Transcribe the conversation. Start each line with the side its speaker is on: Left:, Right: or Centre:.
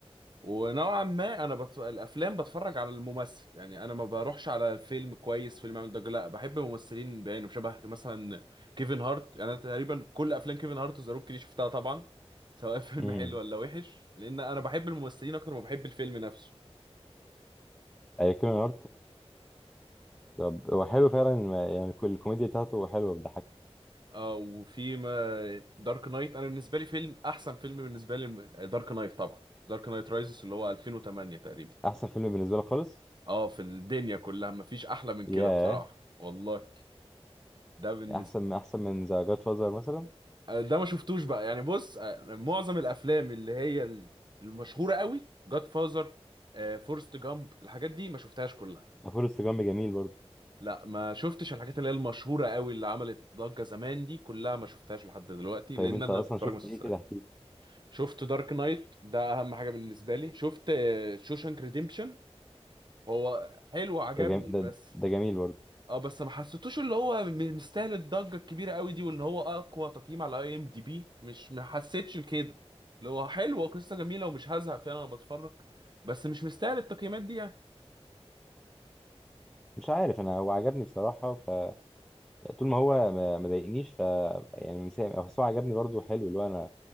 Right: ونوعا ما انا بت... الافلام بتفرج على الممثل يعني انا ما بروحش على الفيلم كويس فيلم عامل ضجه لا بحب ممثلين يعني شبه مثلا كيفن هارت يعني انا تقريبا كل افلام كيفن هارت وذا روك دي شفتها طبعا سواء <laughs> فيلم
Centre: امم
Right: حلو ولا وحش لان انا بحب الممثلين اكتر ما بحب الفيلم نفسه
Centre: اي كيميا طب هو حلو فعلا ما- يعني كل الكوميديا بتاعته حلوه بتضحك
Right: اه وفي ما دارك نايت انا بالنسبه لي فيلم احسن فيلم بالنسبه لي دارك نايت طبعا دارك نايت رايزز اللي هو 2008 تقريبا
Centre: احسن فيلم بالنسبه لي خالص
Right: اه في الدنيا كلها مفيش احلى من
Centre: ياه
Right: كده بصراحه والله ده بالنسبه
Centre: احسن احسن من ذا جاد فازر مثلا
Right: ده ما شفتوش بقى يعني بص آه، معظم الافلام اللي هي المشهوره قوي جاد فازر فورست جامب الحاجات دي ما شفتهاش كلها
Centre: غفور السجام جميل برضه
Right: لا ما شفتش الحاجات اللي هي المشهوره قوي اللي عملت ضجه زمان دي كلها ما شفتهاش لحد دلوقتي
Centre: طيب
Right: لان
Centre: انت
Right: انا
Centre: اصلا
Right: بتفرج
Centre: شفت
Right: مسلسلات
Centre: ايه كده احكي لي.
Right: شفت دارك نايت ده اهم حاجه بالنسبه لي شفت شوشانك ريديمبشن هو حلو عجبني
Centre: ده جم...
Right: بس
Centre: ده, ده جميل برضه
Right: اه بس ما حسيتوش اللي هو م- مستاهل الضجه الكبيره قوي دي وان هو اقوى تقييم على اي ام دي بي مش ما حسيتش كده اللي هو حلو قصه جميله ومش هزهق فعلا انا بتفرج بس مش مستاهل التقييمات دي يعني
Centre: مش عارف انا هو عجبني بصراحه ف يعني طول ما هو ما ما ضايقنيش ف يعني مسام هو هو عجبني برضه حلو اللي هو انا